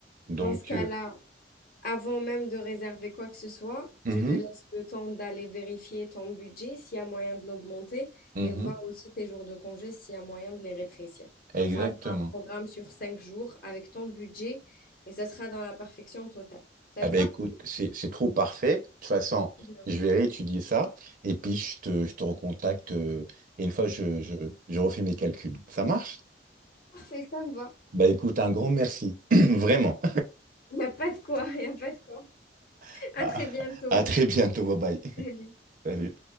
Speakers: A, on the right; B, on the left.
A: Donc,
B: Dans ce cas-là,
A: euh,
B: avant même de réserver quoi que ce soit,
A: mhm,
B: je te laisse le temps d'aller vérifier ton budget, s'il y a moyen de l'augmenter,
A: mhm,
B: et voir aussi tes jours de congé, s'il y a moyen de les rétrécir.
A: exactement.
B: Comme ça, on fera un programme sur cinq jours avec ton budget et ça sera dans la perfection totale. Ça
A: Ah
B: te
A: ben
B: va?
A: écoute, c'est c'est trop parfait. De toute façon,
B: Bien.
A: je vais réétudier ça et puis je te, je te recontacte euh, et une fois je, je, je refais mes calculs. Ça marche?
B: Parfait, ça me va.
A: Bah écoute, un grand merci. <clears throat> Vraiment.
B: Il n'y a pas de quoi, il n'y a pas de quoi.
A: <laughs>
B: À
A: à
B: très bientôt.
A: à très bientôt. Bye bye.
B: Salut.
A: Salut.